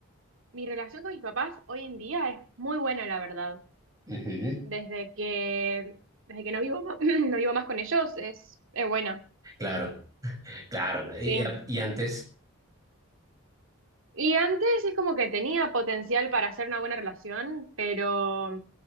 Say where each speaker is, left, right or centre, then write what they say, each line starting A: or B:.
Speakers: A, on the right (about 65°); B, on the right (about 15°).
A: mi relación con mis papás hoy en día es muy buena, la verdad.
B: Ujú.
A: Desde que, desde que no vivo, ma- <clears throat> no vivo más con ellos, es, es buena,
B: Claro, claro. claro. Y,
A: sí.
B: y antes,
A: Y antes es como que tenía potencial para hacer una buena relación, pero,